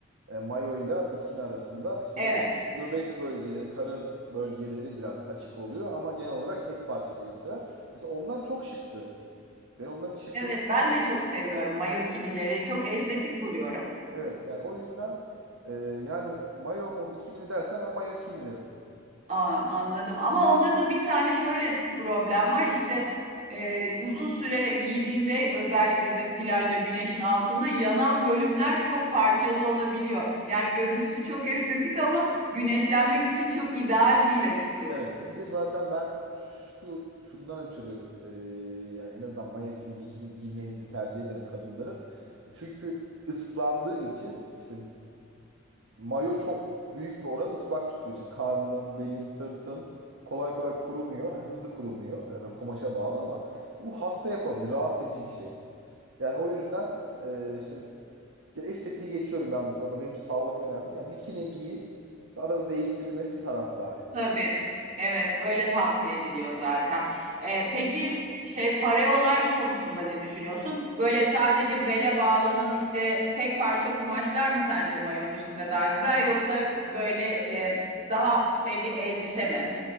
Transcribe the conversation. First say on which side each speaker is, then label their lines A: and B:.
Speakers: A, on the right (about 75°); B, on the right (about 35°).
A: E, mayo ile bikini arasında işte
B: Evet.
A: böyle göbek bölgeleri, karın bölgeleri biraz açık oluyor ama genel olarak tek parça elbiseler. Mesela onlar çok şıktı. Ben onların şıklığını
B: Evet ben de çok seviyorum mayokinileri. Çok estetik buluyorum.
A: evet yani o yüzden e, yani mayo mu bikini mi dersen ben mayo kini derim.
B: An, anladım. Ama onda da bir tane şöyle problem var. İşte e, uzun süre giydiğinde özellikle de plajda güneşin altında yanan bölümler çok parçalı olabiliyor. Yani görüntüsü çok estetik ama güneşlenmek için çok ideal değil açıkçası.
A: Evet. Bir de zaten ben şu şundan ötürü e, yani en azından mayokini bikini giymenizi tercih ederim kadınların. Çünkü ıslandığı için işte mayo çok büyük bir oran ıslak tutuyor. İşte karnın, belin, sırtın kolay kolay kurumuyor. Yani hızlı kurumuyor. Ya da kumaşa bağlı ama bu hasta yapabilir. Rahatsız edici bir şey. Yani o yüzden e, işte ya estetiği geçiyorum ben bu konuda. Benim için sağlık önemli. Yani bikini giyip işte arada değiştirilmesi taraftarıyım.
B: Tabii. Evet, öyle tavsiye ediliyor zaten. Ee, peki şey pareolar konusunda ne düşünüyorsun? Böyle sadece bele bağlanan işte tek parça kumaşlar mı sence mayon üstünde daha güzel yoksa böyle e, daha şey bir elbise mi?